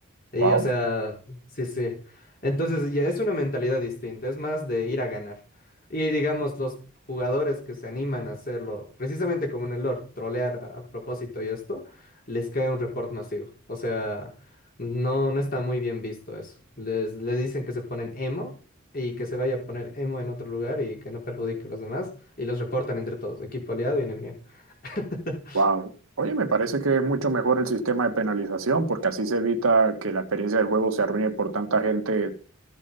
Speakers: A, on the left; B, on the right.
A: Y
B: Wow,
A: o sea, sí, sí. Entonces ya es una mentalidad distinta, es más de ir a ganar. Y digamos, los jugadores que se animan a hacerlo, precisamente como en el LoL, trolear a, a propósito y esto, les cae un report masivo. O sea, no, no está muy bien visto eso. Les, le dicen que se ponen emo y que se vaya a poner emo en otro lugar y que no perjudique a los demás y los reportan entre todos, equipo aliado y enemigo. <laughs>
B: wow. Oye, me parece que es mucho mejor el sistema de penalización porque así se evita que la experiencia del juego se arruine por tanta gente